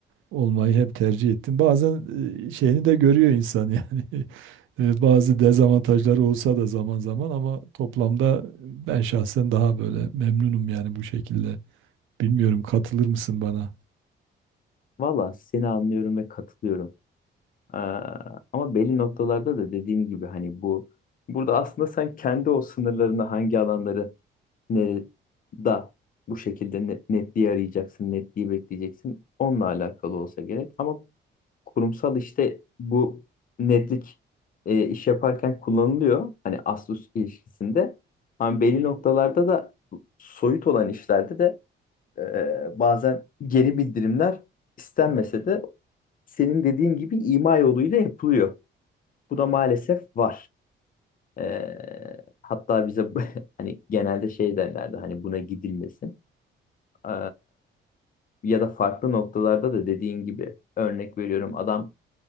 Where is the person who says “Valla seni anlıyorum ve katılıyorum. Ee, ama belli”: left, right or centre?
Left